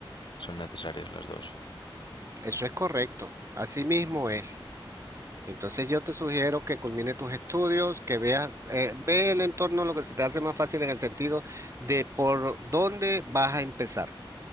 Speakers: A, on the left; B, on the right.
A: son necesarias las dos.
B: Eso es correcto, así mismo es. Entonces yo te sugiero que culmine tus estudios, que veas, eh, ve el entorno, lo que se te hace más fácil en el sentido de por dónde vas a empezar.